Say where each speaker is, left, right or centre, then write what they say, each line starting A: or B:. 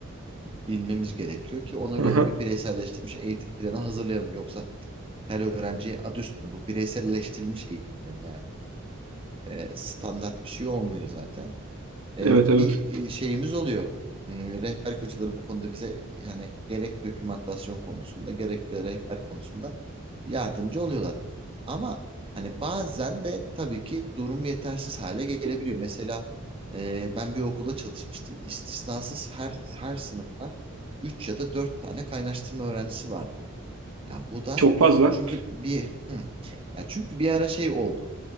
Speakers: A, on the right; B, on the right.
A: bilmemiz gerekiyor ki ona göre
B: Aha.
A: bir bireyselleştirilmiş eğitim planı hazırlayalım. Yoksa her öğrenciye adı üstünde bu bireyselleştirilmiş eğitim planı yani. E, standart bir şey olmuyor zaten. E,
B: Evet evet.
A: bir e, şeyimiz oluyor. Hmm, Rehber kocaları bu konuda bize yani gerek dokümantasyon konusunda gerek de rehber konusunda yardımcı oluyorlar. Ama hani bazen de tabii ki durum yetersiz hale gelebiliyor. Mesela e, ben bir okula çalışmıştım. İstisnasız her her sınıfta 3 ya da 4 tane kaynaştırma öğrencisi vardı. Ya bu da
B: Çok fazla.
A: çünkü bir hı, ya çünkü bir ara şey oldu.